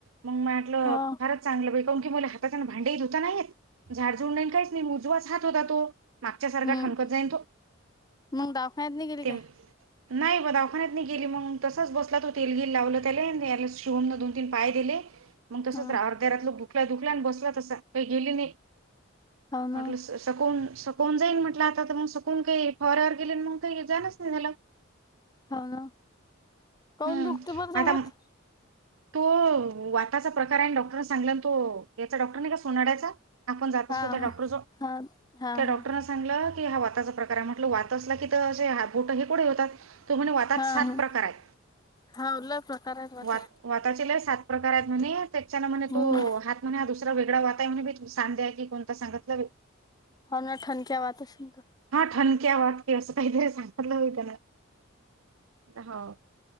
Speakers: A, on the right; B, on the left.
A: मग म्हटलं
B: हा
A: फारच चांगलं बाई की मुला हाताचाना भांडी धुता नाही येत, झाड झुड नाही काहीच नाही मुजवाच हात होता तो. मागच्या सारखा
B: हम्म
A: थांबत नाही जाईन तो.
B: मग दवाखान्यात नाही गेली
A: ते
B: काय
A: नाही बा दावाखान्यात नाही गेली, मग तसाच बसला तो. तेलगिल लावलं त्याला, याला शिवम दोन-तीन पाय दिले. मग तसच
B: हा
A: राहा अर्ध्या रात लोक दुखल्या दुखल्यान, बसला तसा काही गेली नाही
B: हो
A: म्हटल
B: ना
A: सकवून-सकवून जाईल म्हटल. आता तर मग, सकवून काही फवऱ्यावर गेले मग काही जाणच नाही झाल.
B: हा ना, का
A: हम्म
B: उन दुखत बग जा
A: आता
B: हात?
A: म- तो वाताचा प्रकार आहे. आणि डॉक्टरने सांगला तो याचा डॉक्टर नाही का सोनाड्याचा. आपण जात
B: हा
A: असतो त्या डॉक्टर जवळ.
B: हा हा हा
A: त्या डॉक्टरनच.
B: हा
A: सांगलं की हा वातचा प्रकार आहे. म्हटल वात असला कि, बोट हे कुडे होतात. तो म्हणे वातात
B: हा
A: सात
B: हा
A: प्रकार आहेत.
B: हा लय प्रकार आहेत वाटतं
A: वात वाताचे लई सात प्रकार आहेत म्हणे, त्याच्यान म्हणे
B: हम्म
A: तो हात म्हणे हा दुसरा वेगळा वात आहे म्हणे. सांध्या आहे की, कोणता सांगितलं जा बाई.
B: हो ना. ठणक्या वात असेन तर
A: हा ठणक्या वात की, असं काहीतरी सांगितलं होई त्यान हो.